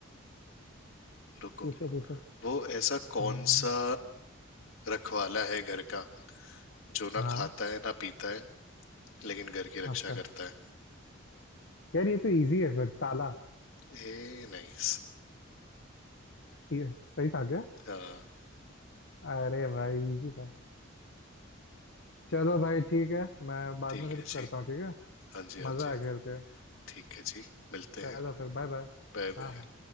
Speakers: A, on the left; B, on the left.
A: रुको
B: पूछो पूछो
A: वो ऐसा कौन
B: हम्म
A: सा रखवाला है घर का जो ना
B: हाँ
A: खाता है ना पीता है लेकिन घर की रक्षा
B: अच्छा
A: करता
B: यार ये तो इजी है फिर ताला
A: है ए नाइस
B: ये सही था क्या
A: हाँ
B: अरे भाई इजी था चलो भाई ठीक है मैं बाद
A: ठीक
B: में फिर
A: है जी
B: करता हूँ ठीक है
A: हाँ जी हाँ
B: मज़ा
A: जी
B: आया खेल के
A: ठीक है जी मिलते
B: चलो
A: हैं
B: फिर बाय बाय
A: Bye
B: हाँ
A: bye
B: हाँ